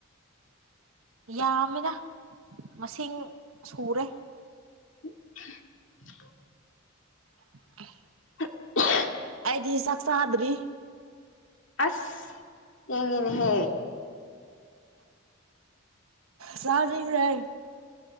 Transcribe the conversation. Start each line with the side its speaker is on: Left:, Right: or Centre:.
Right: ꯌꯥꯝꯃꯦꯗ ꯃꯁꯤꯡ ꯁꯨꯔꯦ
Left: <inaudible>
Right: <inaudible>
Left: <inaudible>
Right: ꯑꯩꯗꯤ ꯆꯥꯛ ꯆꯥꯗ꯭ꯔꯤ
Left: ꯑꯁ ꯊꯦꯡꯉꯦꯅꯦꯍꯦ
Right: ꯆꯥꯅꯤꯡꯔꯦ